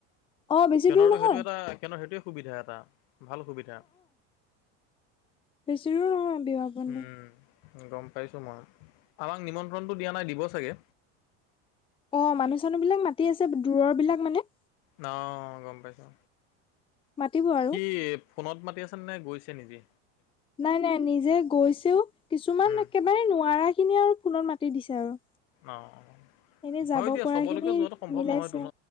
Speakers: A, on the left; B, on the left.
A: অ বেছি
B: কেনৰতো
A: দূৰ নহয়
B: সেইটো এটা কেনৰনৰ সেইটোৱে সুবিধা এটা ভাল সুবিধা
A: বছো অ বিবাহ বন্ধু
B: উম, গম পাইছো মই আমাক নিমন্ত্ৰণটো দিয়া নাই দিব চাগে
A: অ মানুহ চানুহ বিলাক মাতি আছে দূৰৰ বিলাক মানে
B: ন গম পাইছো
A: মাতিব আৰু
B: স ফোনত মাতি আছে নে গৈছে নিজি
A: নাই নাই নিজে গৈছেও কিছুমান
B: উম,
A: একেবাৰে নোৱাৰা খিনিে আৰু ফোনত মাতি দিছে আৰু
B: অঁ
A: এনে যাব
B: হয় দিয়া
A: পৰা
B: চবলৈকে
A: খিনি
B: যোৱাটো সম্ভৱ
A: মিলাইছে
B: নহয়তটো ন